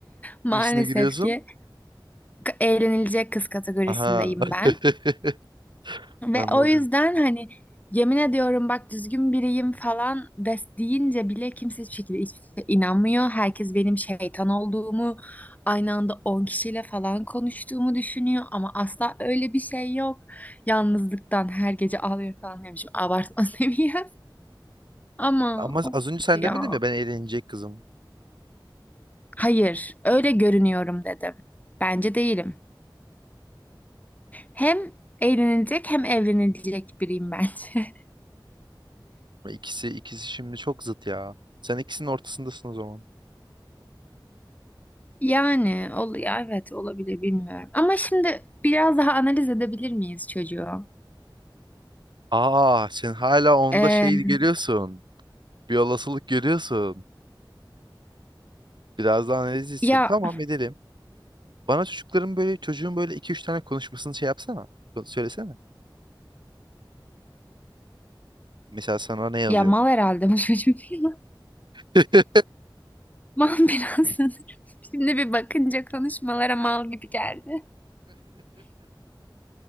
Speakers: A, on the left; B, on the right.
A: Maalesef
B: Hangisine giriyorsun?
A: ki k- eğlenilecek kız kategorisindeyim
B: Aha. <laughs>
A: ben. Ve
B: Anladım.
A: o yüzden hani yemin ediyorum bak düzgün biriyim falan des deyince bile kimse hiçbir şekilde hiçbir şeye inanmıyor. Herkes benim şeytan olduğumu, aynı anda 10 kişiyle falan konuştuğumu düşünüyor ama asla öyle bir şey yok. Yalnızlıktan her gece ağlıyor falan demişim. Abartma <laughs> seviyem. Ama
B: Ama
A: of
B: az önce sen
A: ya.
B: demedin mi ben eğlenecek kızım.
A: Hayır, öyle görünüyorum dedim. Bence değilim. Hem eğlenilecek hem evlenilecek biriyim bence.
B: İkisi ikisi şimdi çok zıt ya. Sen ikisinin ortasındasın o zaman.
A: Yani ol ya evet olabilir bilmiyorum. Ama şimdi biraz daha analiz edebilir miyiz çocuğu?
B: Aa, sen hala onda
A: Ee,
B: şey görüyorsun. Bir olasılık görüyorsun. Biraz daha analizlisin.
A: ya
B: Tamam edelim. Bana çocukların böyle çocuğun böyle iki üç tane konuşmasını şey yapsana. Söylesene. Mesela sana ne yazıyor?
A: ya mal herhalde bu çocuk. <laughs>
B: <laughs>
A: Mal biraz sanırım. Şimdi bir bakınca konuşmalara mal gibi geldi.